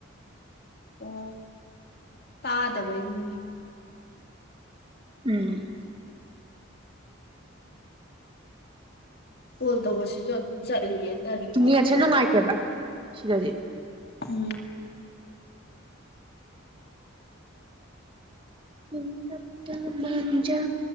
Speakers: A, on the left (about 50°); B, on the right (about 25°).
A: ꯑꯣ ꯇꯥꯗꯕꯩꯅꯤꯅꯦ
B: ꯎꯝ
A: ꯀꯣꯜ ꯇꯧꯕꯁꯤꯁꯨ ꯑꯗꯨꯝ ꯆꯠꯂꯤꯌꯦ ꯇꯜꯂꯤꯕ
B: ꯅꯦꯠꯁꯦ ꯅꯨꯡꯉꯥꯏꯇꯦꯕ ꯁꯤꯗꯗꯤ
A: ꯎꯝ
B: <unintelligible> ꯄꯥ ꯃꯟꯖꯥ